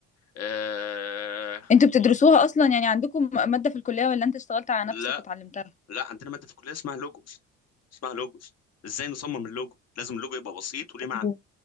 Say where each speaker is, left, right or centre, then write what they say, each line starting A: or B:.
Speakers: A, on the left; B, on the left.
A: آه...
B: انتوا بتدرسوها اصلا يعني عندكم مادة في الكلية ولا انت اشتغلت على
A: لا
B: نفسك وتعلمتها
A: لا عندنا ماده في الكليه اسمها لوجوز اسمها لوجوس ازاي نصمم اللوجو لازم اللوجو يبقى بسيط وليه
B: أوه.
A: معنى